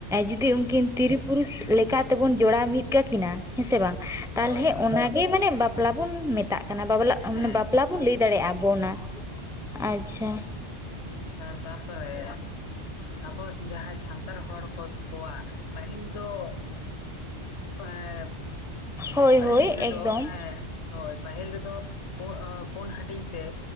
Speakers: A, in the centre; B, on the left (about 75°).
A: ᱡᱩᱫᱤ
B: ᱦᱩᱸ
A: ᱩᱱᱠᱤᱱ ᱛᱤᱨᱤ ᱯᱩᱨᱩᱥ ᱞᱮᱠᱟ ᱛᱮᱵᱚᱱ ᱡᱚᱲᱟᱣ ᱢᱤᱫ ᱠᱟᱠᱤᱱᱟ ᱦᱮᱸᱥᱮ ᱵᱟᱝ ᱛᱟᱦᱚᱞᱮ
B: ᱦᱳᱭ ᱦᱳᱭ
A: ᱚᱱᱟ ᱜᱮ ᱢᱟᱱᱮ ᱵᱟᱯᱞᱟ ᱵᱚᱱ ᱢᱮᱛᱟᱜ ᱠᱟᱱᱟ ᱵᱟᱵᱞᱟ
B: ᱦᱮᱸ
A: ᱵᱟᱯᱞᱟ ᱵᱚᱱ ᱞᱟᱹᱭ ᱫᱟᱲᱮᱭᱟᱜᱼᱟ ᱟᱵᱚ ᱚᱱᱟ ᱟᱪᱪᱷᱟ
B: ᱛᱟ ᱯᱚᱨᱮ ᱟᱵᱚ ᱡᱟᱦᱟᱸᱭ ᱥᱟᱱᱛᱟᱲ ᱦᱚᱲ ᱠᱚ ᱠᱚᱣᱟᱜ ᱯᱟᱦᱤᱞ ᱫᱚ ᱮᱸᱻ
A: ᱦᱳᱭ
B: ᱯᱟᱹᱦᱤᱞ
A: ᱦᱳᱭ
B: ᱨᱮᱫᱚ
A: ᱮᱠᱫᱚᱢ
B: ᱦᱮᱸ ᱦᱳᱭ ᱯᱟᱹᱦᱤᱞ ᱨᱮᱫᱚ ᱯᱩ ᱯᱩᱱ ᱦᱟᱹᱴᱤᱧ ᱛᱮ